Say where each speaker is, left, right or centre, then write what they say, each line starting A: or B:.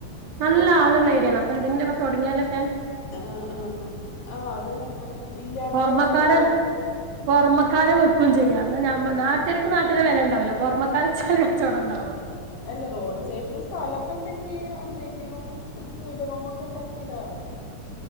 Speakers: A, on the right; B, on the left.
A: നല്ല ആളുള്ള ഏരിയാണ് അപ്പൊ എന്തെങ്കിലുക്കെ തൊടങ്ങിയാലൊക്കെ.
B: ആഹ്, ആഹ്, ആഹ് അതന്നെ, അതന്നെ ഇല്ലാത്തത്
A: പൊറമക്കാര്
B: തൊടങ്ങണല്ലോ ഇപ്പൊ
A: പൊറമക്കാരെ വെക്കും ചെയ്യാ. ഞമ്മ
B: ആഹ്
A: നാട്ടിരക്ക് നട്ടില് വെലണ്ടാവില്ല പൊറമ കളിച്ചാല് കച്ചോടണ്ടാവും.
B: അല്ല റോഡ് സൈഡന് സ്ഥലക്കെണ്ടെങ്കി എന്തെങ്കിലും പീടെ റൂമക്കെ ഉണ്ടാക്കിടാ.